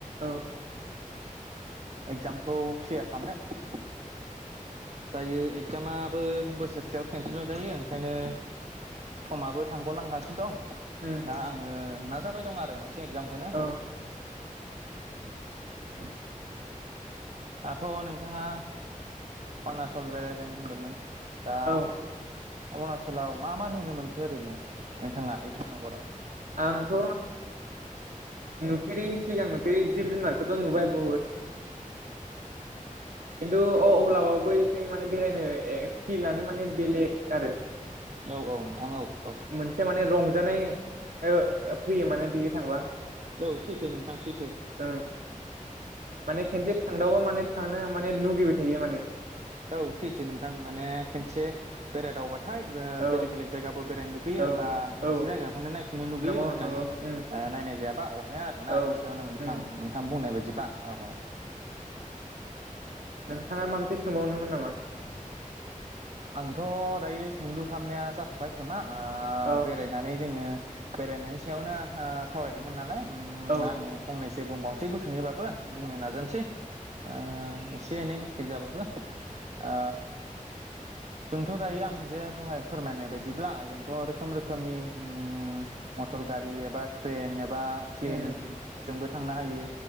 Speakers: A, on the right; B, on the right.
A: औ।
B: एक्जामखौ क्लियार खालामनो। दायो एक्जामाबो बोसोरसेयाव खेनसेल जायो। ओंखायनो समाबो थांग'लांगासिनो दं
A: उम
B: दा आङो नाजाबाय दं आरो मोनसे एक्जामखौनो।
A: औ <unintelligible>
B: दाथ' नोंथाङा अरुणाचल बेरायदों होनदोंमोन। दा
A: औ
B: अरुणाचलाव मा मा नुनो मोनखो ओरैनो नोंथाङा इटानगराव?
A: आंथ' नुफेरि सिगां नुफेरि जिब जुनारखौथ' नुबाय बहुट खिनटु <unintelligible> अब्लाबाबो एखाय माने बेरायनो ए पिलानो माने बेलेग आरो।
B: औ औ नोंथां औ। औ
A: मोनसे माने रंजानाय ओ फैयो माने बिजों थांबा।
B: औ सैथो नोंथां सैथो।
A: ओं माने खेनसे थांदावबा माने थांनो माने लुगैबाय थायो माने।
B: औ सैथो नोंथां माने खेनसे बेरायदावबा थाय
A: औ
B: बेलेग बेलेग जायगाबो बेरायनो लुगैयो
A: औ
B: बा मोनसे
A: औ
B: जायगाखौनो नायफिननो लुगैयो
A: नंगौ
B: मोजाङै
A: नंगौ उम
B: नायनाय जायाबा अहाया आरोना
A: औ
B: खेनसेयावनो नोंथां
A: उम
B: नोंथां बुंनाय बायदिबा औ औ।
A: नोंथाङा माबा मोनसे सोंबावदोंमोन नामा?
B: आंथ' दायो सोंलु खालामनाया जाथ'बाय खोमा। ओ
A: अ
B: बेरायनानै जोङो बेरायनायनि सायावनो ओ सावरायदोंमोन नालाय। उम
A: औ
B: आङो फंनैसो बुंबावनोसै गुसुङैबाबो बुंनो नाजानोसै। ओ एसे एनै मिस्टेक जाबाबो ओ जोंथ' दायो आं जे दहाय फोरमायनाय बायदिब्ला जोंथ' रोखोम रोखोमनि उम मटर गारि एबा ट्रेन एबा प्लेनजोंबो
A: उम
B: थांनो हायो